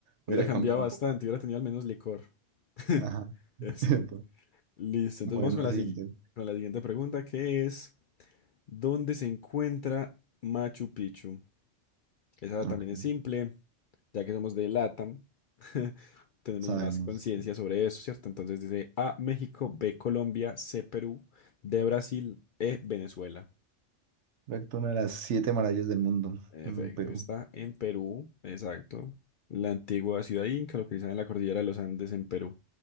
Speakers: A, on the left; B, on the right.
A: Hubiera
B: hubiera
A: cambiado
B: cambiado
A: bastante,
B: un poco.
A: hubiera tenido al menos licor.
B: Ajá.
A: <laughs>
B: <laughs>
A: Así,
B: Epa.
A: Listo,
B: Bueno,
A: entonces vamos con
B: la
A: la,
B: siguiente.
A: sigui- con la siguiente pregunta, que es, ¿dónde se encuentra Machu Picchu? Esa
B: Ok,
A: también es simple, ya que somos de LATAM, <laughs> tenemos
B: sabemos.
A: más conciencia sobre eso, ¿cierto? Entonces dice A, México, B, Colombia, C, Perú, D, Brasil, E, Venezuela.
B: Recto una de las siete maravillas del mundo,
A: En
B: mm,
A: efecto,
B: Perú.
A: está en Perú, exacto. La antigua ciudad inca localizada en la cordillera de los Andes en Perú.